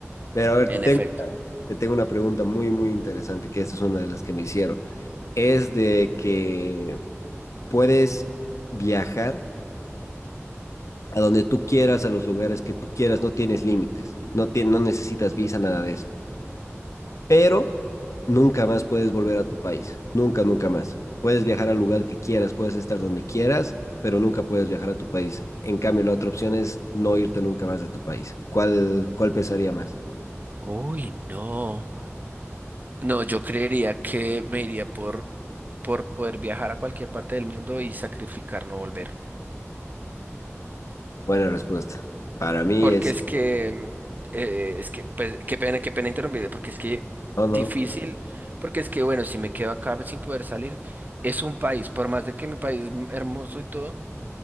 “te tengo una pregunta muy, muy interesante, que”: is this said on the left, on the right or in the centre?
Left